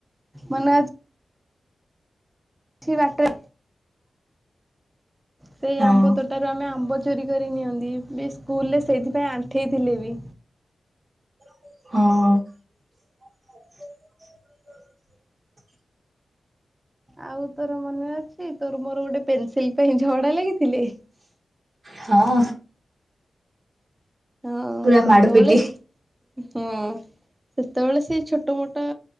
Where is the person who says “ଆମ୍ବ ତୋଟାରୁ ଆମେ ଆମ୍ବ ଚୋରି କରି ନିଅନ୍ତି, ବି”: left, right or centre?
Right